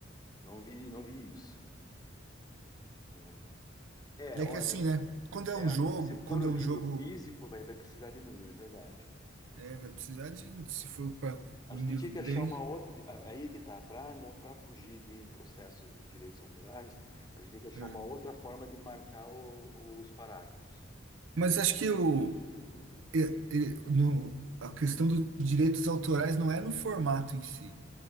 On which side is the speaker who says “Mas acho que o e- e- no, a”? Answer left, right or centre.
Right